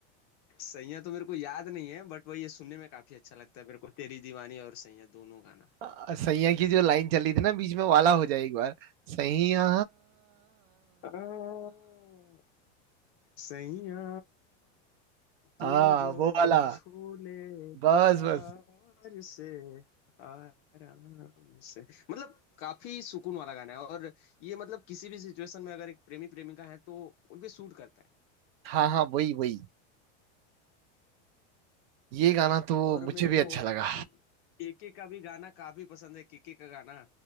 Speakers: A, on the left; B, on the right.
A: सैया तो मेरे को याद नहीं है बट वही ये सुनने में काफी अच्छा लगता है मेरे को तेरी दीवानी और सैया दोनों गाना
B: अ, सैया की जो लाइन चली थी ना बीच में वाला हो जाए एक बार सैया
A: <laughs> सैया तू
B: हाँ
A: जो
B: वो वाला
A: छू ले
B: बस
A: प्यार
B: बस
A: से आराम से मतलब काफी सुकून वाला गाना है और ये मतलब किसी भी सिचुएशन में अगर एक प्रेमी प्रेमिका है तो उनपे सूट करता है
B: हाँ हाँ वही वही ये गाना तो
A: और
B: मुझे
A: मेरे
B: भी अच्छा
A: को
B: लगा
A: केके का भी गाना काफी पसंद है केके का गाना